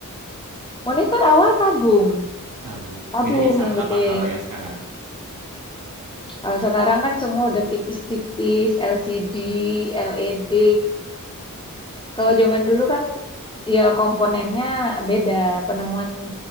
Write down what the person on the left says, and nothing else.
Monitor awal tabung,
tabung
yang gede.
Kalau sekarang kan semua udah tipis-tipis, LCD, LED. Kalau zaman dulu kan ya komponennya beda. Penemuan